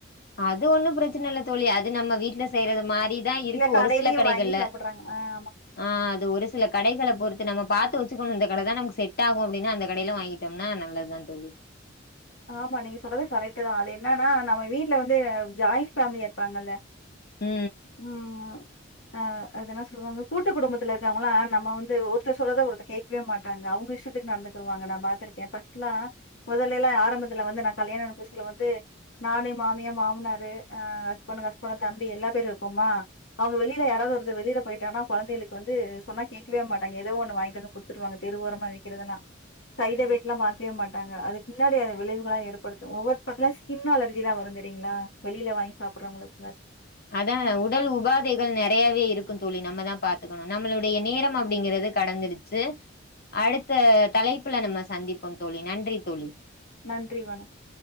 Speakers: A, on the left; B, on the left.
A: அது ஒன்னும் பிரச்சனை இல்ல தோழி அது நம்ம வீடடு்ல செய்யிறது மாரி தா இருக்கு
B: இல்ல கடையிலயும்
A: ஒரு சில கடைகள்ல
B: வாங்கி சாப்பிடுறாங்க ஆ, ஆமா
A: ஆஹ் அது ஒரு சில கடைகள பொறுத்து நம்ம பார்த்து வச்சுக்கணும் இந்த கடை தான் நமக்கு செட் ஆகும் அப்படின்னா அந்த கடையில வாங்கிட்டோம்னா நல்லதுதா தோழி
B: ஆமா நீங்க சொல்றது கரெக்ட்தான் அது என்னன்னா நம்ம வீட்டுல வந்து ஜாயிண்ட் பேமிலியா இருப்பாங்கல்ல
A: ம்
B: உஹம் ஆஹ் அது சொல்லுவாங்க கூட்டு குடும்பத்துல இருக்கவங்களாம் நம்ம வந்து ஒருத்தர் சொல்றத ஒருத்த கேட்கவே மாட்டாங்க அவங்க இஷ்டத்துக்கு நடந்துக்குவாங்க நான் பாத்திருக்கேன் பஸ்ட் எல்லாம் முதல்ல எல்லாம் யார ம்பத்துல வந்து நான கல்யாண அனுப்பூசில வந்து நானே மாமியா மாமனாரு அஹ அஸ்பண்டன்ஸ்பன் தம்பி எல்லா பேரும் இருப்போம்மா அவங்க வெளியில யாராவது வருது வெளியில போயிட்டானா கொழந்தைகளுக்கு வந்து சொன்னா கேட்கவே மாட்டாங்க ஏதோ ஒண்ணு வாங்கிட்டு வந்து குடுத்துட்டுவாங்க தெருஓரமா வக்கிறதுதெல்லாம் சைத
A: ம்
B: வட் எல்லாம்
A: ம்
B: மாத்வே மாட்டாங்க அது முன்னாடியாது விளைவுகள ஏற்படுத்தும் ஒவ்வொரு பக்க ஸ்கின் அலர்ஜிலா வரும் தெரியீங்களா வெளில வாங்கி சாப்ட்ரவங்களுக்
A: அதான் உடல் உபாதைகள் நெறையாவே இருக்கும் தோழி நம்ம தான் பாத்துக்கணும் நம்மளுடைய நேரம் அப்டிங்கறது கடந்துடுச்சு அடுத்த தலைப்பல நம்ம சந்திப்போம் தோழி நன்றி தோழி
B: நன்றி வணக்கம்